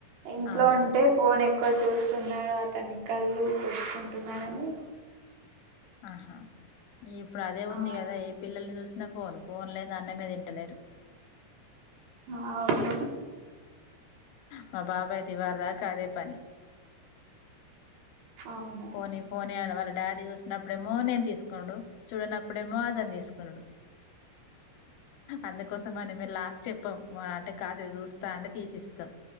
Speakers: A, on the right; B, on the left.
A: ఇంట్లో
B: అవునా?
A: ఉంటే ఫోన్ ఎక్ ఎక్కవ చూస్తున్నాడు అతని కళ్లు కొట్టుకుంటున్నాడుని
B: ఆహా ఈ ఇప్పుడు అదే ఉంది
A: ఆ
B: కదా ఏ పిల్లల్ని చూస్త నా ఫోను ఫోన్ లేని అన్నమే తింటలేరు
A: ఆ అవును
B: మా బాబాయ్ దివార దాకా అదే పని
A: అవునా
B: ఫోని ఫోన్ ఆన వాళ్ డాడీ చూసినప్పుడేమో నేను తీసుకునుడు చూడనప్పుడేమో అతను తీసుకునుడు అందుకోసం మని మీ లాక్ చెప్ప తప్ప అంటే కాసలు చూస్తా అంటే తీసిస్తాం